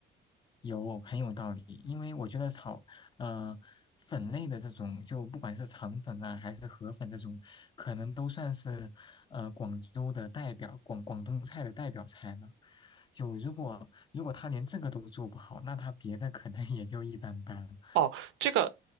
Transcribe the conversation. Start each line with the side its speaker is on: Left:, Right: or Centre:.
Left: 有，很有道理。因为我觉得炒，嗯，粉类的这种，就不管是肠粉啊，还是河粉这种，可能都算是呃广州的代表，广广东菜的代表菜了。就如果如果他连这个都做不好，那他别的可能 <laughs> 也就一般般。
Right: 哦，这个。